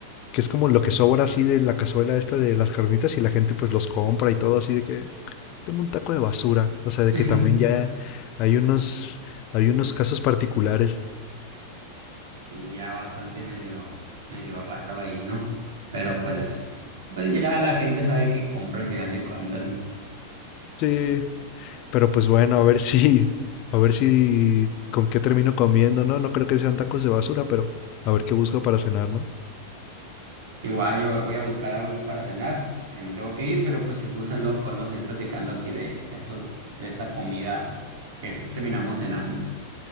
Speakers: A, on the left (about 50°); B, on the right (about 70°).
A: que es como lo que sobra así de la cazuela esta de las carnitas y la gente pues los compra y todo así de que, tengo un taco de basura. O sea, de
B: <laughs>
A: que también ya hay unos, hay unos casos particulares.
B: Sí, ya bastante medio, medio raro ahí, ¿no? Pero pues, pues ya la gente sabe que compra al final de cuentas, ¿no?
A: Sí, Pero pues bueno, a ver si, a ver si con qué termino comiendo, ¿no? No creo que sean tacos de basura, pero a ver qué busco para cenar, ¿no?
B: Igual yo voy a buscar algo aquí para cenar. eh, me tengo que ir, pero pues si gusta luego podemos ir platicando aquí de estos, de esta comida que es- terminamos cenando.